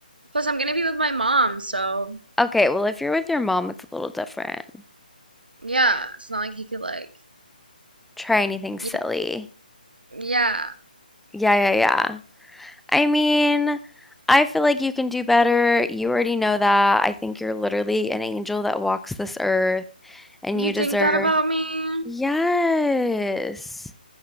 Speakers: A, on the right; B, in the centre.
A: plus I'm gonna be with my mom, so
B: Okay, well, if you're with your mom, it's a little different.
A: yeah. It's not like he could like
B: Try anything silly.
A: you know, yeah.
B: Yeah, yeah, yeah. I mean, I feel like you can do better. You already know that. I think you're literally an angel that walks this earth and
A: You
B: you
A: think
B: deserve.
A: that about me?
B: Yes.